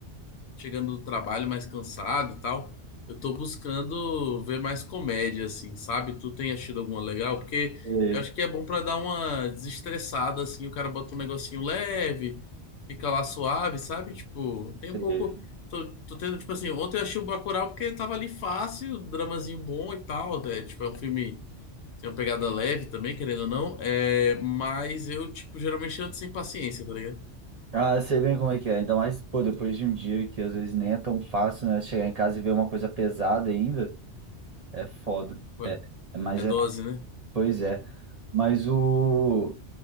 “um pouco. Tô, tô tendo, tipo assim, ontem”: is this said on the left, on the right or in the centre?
Left